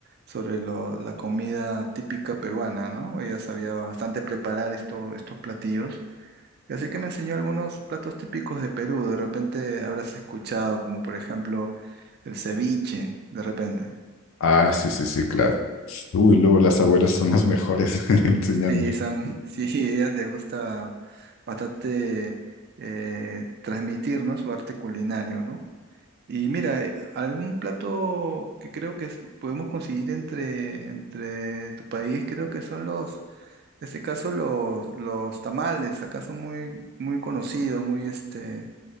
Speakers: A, on the right; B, on the left.
A: sobre lo- la comida típica peruana, ¿no? Ella sabía bastante preparar esto- estos platillos. Y así que me enseñó algunos platos típicos de Perú. De repente habrás escuchado, como por ejemplo el ceviche, de repente.
B: Ah, sí, sí, sí, claro. Uy, luego las abuelas son las mejores <laughs> enseñando.
A: Sí, son, sí, <laughs> a ellas les gusta bastante eh, transmitir, ¿no? Su arte culinario, ¿no? Y mira, eh, algún plato que creo que es- podemos conseguir entre, entre tu país, creo que son los, en este caso los, los tamales, acá son muy, muy conocidos, muy este,